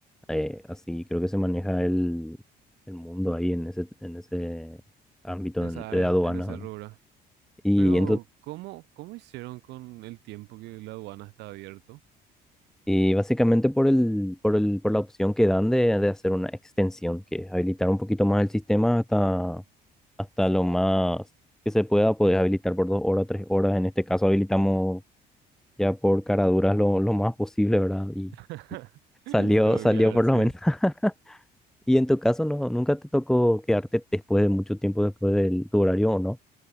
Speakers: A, in the centre; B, on the right.
A: eh, así creo que se maneja el, el mundo ahí en ese, en ese ámbito
B: en esa
A: en- de
B: área,
A: aduanas,
B: en ese
A: ¿verdad?
B: rubro.
A: Y,
B: Pero,
A: ento-
B: ¿cómo, cómo hicieron con el tiempo que la aduana está abierto?
A: y básicamente por el, por el, por la opción que dan de, de hacer una extensión, que es habilitar un poquito más el sistema hasta, hasta lo más que se pueda, poder habilitar por dos horas, tres horas. En este caso habilitamos ya por caraduras lo, lo más posible, ¿verdad? Y,
B: <laughs>
A: y salió,
B: Oh. Pero
A: salió
B: claro,
A: por
B: sí.
A: lo menos. <laughs> Y en tu caso, no, ¿nunca te tocó quedarte después de mucho tiempo después del tu horario o no?